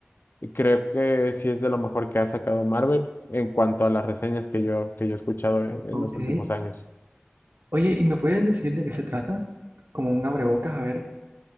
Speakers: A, on the left; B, on the right.
A: creo que sí es de lo mejor que ha sacado Marvel en cuanto a las reseñas que yo, que yo he escuchado en en
B: ok.
A: los últimos años.
B: Oye, ¿y me puedes decir de qué se trata? Como un abrebocas, a ver.